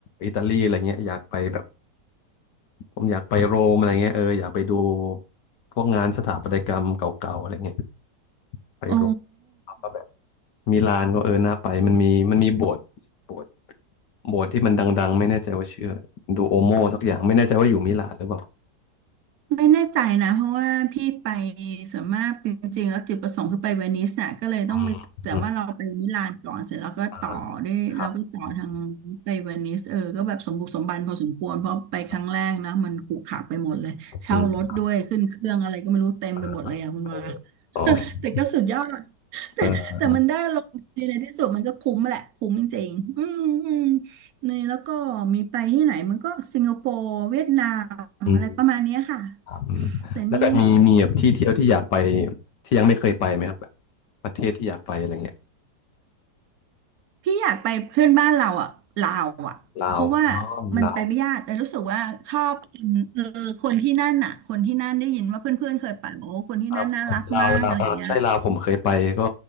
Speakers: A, on the left; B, on the right.
A: อิตาลีอะไรเงี้ยอยากไปแบบผมอยากไปโรมอะไรเงี้ยเอออยากไปดูพวกงานสถาปัตยกรรมเก่าๆอะไรเงี้ยไปโรม
B: โอ้
A: แล้วก็แบบมิลานก็เออน่าไปมันมีมันมีโบสถ์โบสถ์โบสถ์ที่มันดังๆไม่แน่ใจว่าชื่ออะไรดูโอโมสักอย่างไม่แน่ใจว่าอยู่มิลานหรือเปล่า
B: ไม่แน่ใจนะเพราะว่าพี่ไปส่วนมากจริงๆแล้วจุดประสงค์คือไปเวนิสน่ะก็เลยต้องไปแต่ว่าเราไปมิลานก่อนเสร็จแล้วก็ต่อด้วยเราก็ต่อทาง
A: อืมอืมอ่าครับอืม
B: ไปเวนิสเออก็แบบสมบุกสมบันพอสมควรเพราะไปครั้งแรกนะมันขรุขระไปหมดเลยเช่ารถด้วยขึ้นเครื่องอะไรก็ไม่รู้เต็มไปหมดเลยอ่ะคุณว่า
A: ครับอืมเออเออโอเค
B: <laughs> แต่ก็สุดยอด
A: เออ
B: แต่มันได้ลงดีในที่สุดมันก็คุ้มแหละคุ้มจริงๆอืมอืมในแล้วก็มีไปที่ไหนมันก็สิงคโปร์เวียดนามอะไรประมาณเนี้ยค่ะ
A: อืม อืมแล้วแบบมีมีแบบที่เที่ยวที่อยากไป
B: แต่นี่
A: ที่ยังไม่เคยไปไหมครับแบบประเทศที่อยากไปอะไรเงี้ย
B: พี่อยากไปเพื่อนบ้านเราอ่ะลาวอ่ะเพราะว่า
A: ลาวอ๋อ
B: มันไปไม่ยากแต่รู้สึกว่าชอบคนเออคนที่นั่นอ่ะคนที่นั่นได้ยินว่าเพื่อนๆเคยไปบอกว่าคนที่นั่นน่ารักมากอะไรอย่างเงี้ย
A: ลาวครับลาวลาวอ่าใช่ลาวผมเคยไปก็